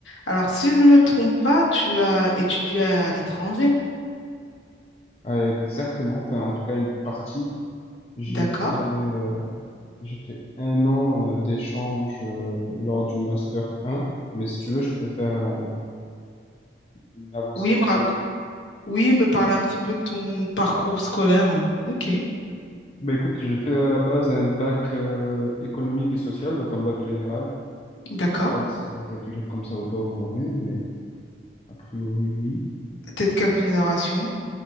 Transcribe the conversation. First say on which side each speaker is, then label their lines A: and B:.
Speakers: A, on the left; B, on the left.
A: Alors, si je me trompe pas, tu as étudié à, à l'étranger,
B: Ouais, exactement. Enfin, en tout cas, une partie. J'ai
A: d'accord?
B: fait, euh, j'ai fait un an euh, d'échange euh, lors du Master un Mais si tu veux, je peux faire euh, une avancée
A: Oui,
B: chronologique.
A: me rac- oui, me parle un petit peu de ton parcours scolaire, oui. Ok,
B: Bah écoute, j'ai fait à la base un bac euh, économique et social, donc un bac général.
A: d'accord.
B: Je sais pas si ça s'appelle toujours comme ça ou pas aujourd'hui, mais a priori, oui.
A: T'es de quelle génération?